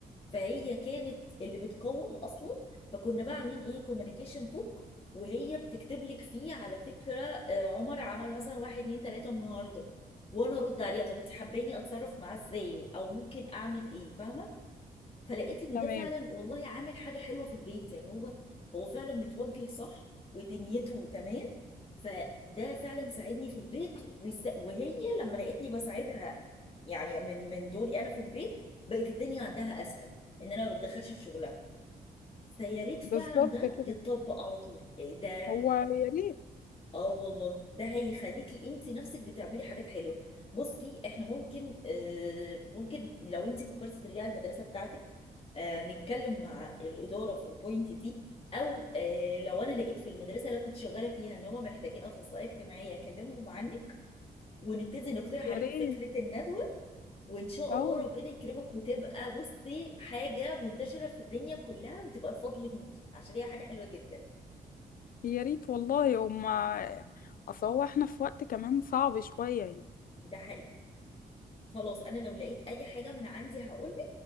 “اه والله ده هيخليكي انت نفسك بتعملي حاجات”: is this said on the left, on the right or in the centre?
Left